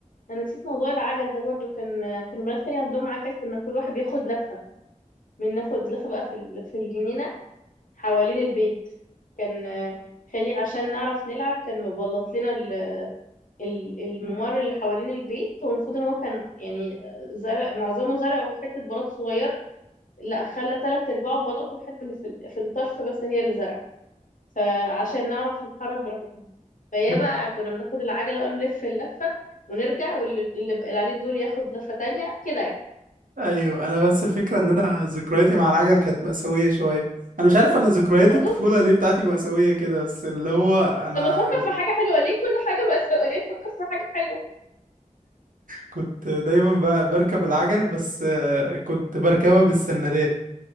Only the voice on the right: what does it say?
<laughs>
ايوه انا بس الفكرة ان انا ذكرياتي مع العجل كانت مأساوية شوية انا مش عارف انا ذكريات
الطفولة ليه بتاعتي مأساوية كده بس اللي هو انا
كنت دايما ب- بركب العجل بس آه، كنت بركبها بالسندات